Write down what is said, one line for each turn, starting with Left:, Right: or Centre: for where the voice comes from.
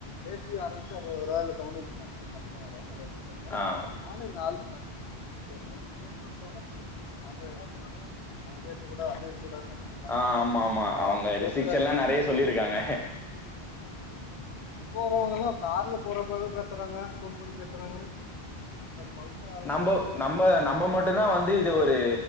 Left: பேசி ஆரம்பிச்சு அது ஒரு வேளை சவுண்டு வந்துச்சின்னா அது கஷ்டம் அயிடும் ஏன்னா
Centre: ஆ ஓகே.
Left: நாலே நாள் நமக்கு பேசன போறவாங்க அவங்க என்ன சொன்னாங்க சவுண்டே இருக்க கூட அது கூடாதுனாங்க ஆனா
Centre: ஆஹ் ஆமா ஆமா
Left: எல்லாரு
Centre: அவங்க
Left: அப்படியே
Centre: ரிசிக்ஷன்
Left: பேசுறாங்க
Centre: எல்லா நெறைய
Left: இருந்தாலு
Centre: சொல்லிருக்காங்க
Left: போறவங்கல்லாம் கார்ல போறப்ப பேசுறாங்க போன் பண்ணி பேசுறாங்க கொழந்த அழுறது
Centre: நம்ம
Left: எல்லாமே
Centre: நம்ம
Left: மிக்சி
Centre: நம்ம
Left: போற
Centre: மட்டும்தான்
Left: சவுண்டு
Centre: வந்து இது
Left: எல்லா
Centre: ஒரு